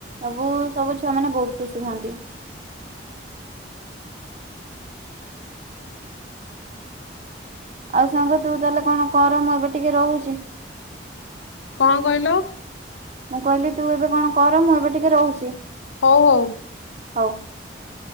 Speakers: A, on the right; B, on the left.
A: ସବୁ ସବୁ ଛୁଆ ମାନେ ବହୁତ୍ ଖୁସି ହୁଅନ୍ତି। ଆଉ ସାଙ୍ଗ ତୁ ତାହେଲେ କଣ କର ମୁଁ ଏବେ ଟିକେ ରହୁଚି।
B: ଙ୍କ କହିଲ?
A: ମୁଁ କହିଲି ତୁ ଏବେ କଣ କର ମୁଁ ଏବେ ଟିକେ ରହୁଚି?
B: ହଉ ହଉ।
A: ହଉ।